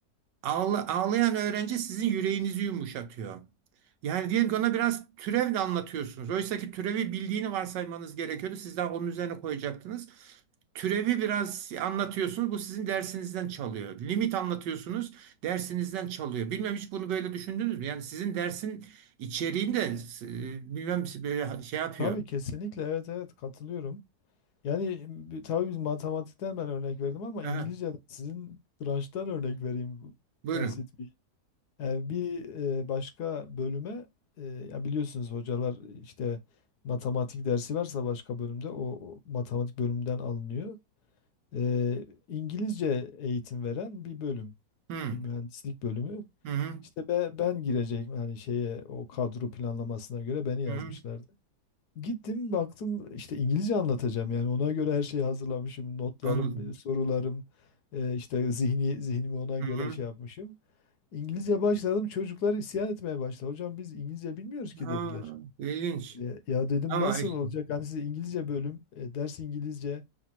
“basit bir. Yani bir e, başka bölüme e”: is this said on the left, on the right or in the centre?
Left